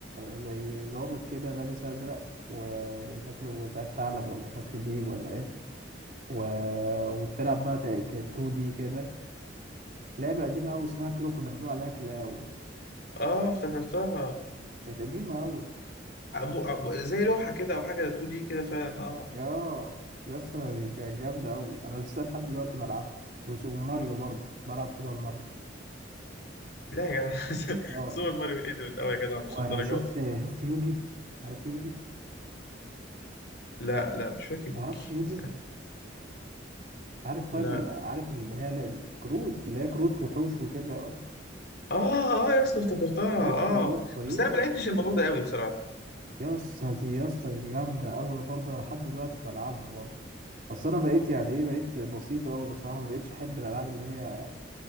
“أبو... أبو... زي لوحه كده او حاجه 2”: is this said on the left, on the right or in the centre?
Left